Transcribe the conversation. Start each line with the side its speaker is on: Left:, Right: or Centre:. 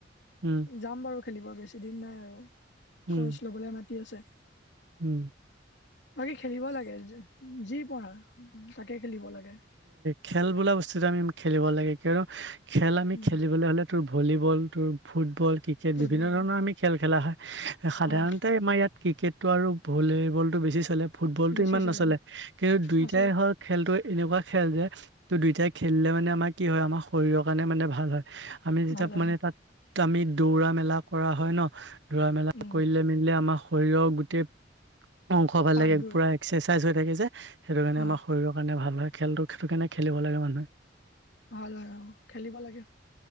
Right: উম,
Left: যাম বাৰু খেলিব বেছিদিন নাই আৰু
Right: উম,
Left: কৰ্ছ ল'বলৈ মাতি আছে
Right: উম
Left: বাকী খেলিব লাগে যি পৰা তাকে খেলিব লাগে।
Right: খেল বোলা বস্তুত আমি খেলিব লাগে কিয়নো খেল আমি
Left: উম,
Right: খেলিবলে হলে তোৰ ভলী বল ফুটবল ক্ৰিকেট
Left: ফুটবল
Right: বিভিন্ন ধৰণৰ আমি খেল খেলা হয়। সাধাৰণতে
Left: হয়
Right: আমাৰ ইয়াত ক্ৰিকেটটো আৰু ভলীবলটো বেছি চলে ফুটবলতটো
Left: বেছি
Right: ইমান
Left: চলে
Right: নচলে কিন্তু দুইটাই
Left: নচলে
Right: হওক খেলতো এনেকোৱা খেল। দুইটাই খেলিলে মানে আমাৰ কি হয় আমাৰ শৰীৰৰ কাৰণে মানে ভাল হয়। আমি যেতিয়া
Left: ভাল হয়
Right: মানে তাত আমি দৌৰা মেলা কৰা হয় ন ৰোৱা মেলা
Left: উম,
Right: কৰিলে মেলিলে আমাৰ শৰীৰৰ গোটেই অংশ ভাল
Left: পাতবোৰ
Right: লাগে পুৰা এক্সাৰচাইজ হৈ থাকে যে সেইটো কাৰণে
Left: অ
Right: আমাৰ শৰীৰৰ কাৰণে ভাল হয়। খেলটোটো হেতু কাৰণে খেলিব লাগে মানুহে
Left: ভাল হয় অ খেলিব লাগে